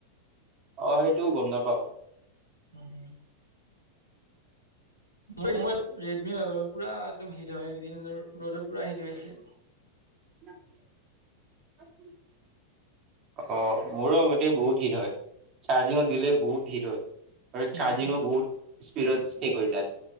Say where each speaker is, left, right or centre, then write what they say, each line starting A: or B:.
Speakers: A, on the right; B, on the left.
A: অ সেইটোও গম নাপাওঁ।
B: উম্ মই ৰেডমি হয় বাৰু পুৰা একদম হিট হয় এইদিন ৰ'দত পুৰা শীত হৈ আছে।
A: ন্
B: <unintelligible>
A: অ মোৰো গোটেই বহুত হিট হয় চাৰ্জিঙত দিলে বহুত হীট হয়। আৰু
B: উম
A: চাৰ্জিঙো বহুত স্পিডৰ স্ৰিট হৈ যায়।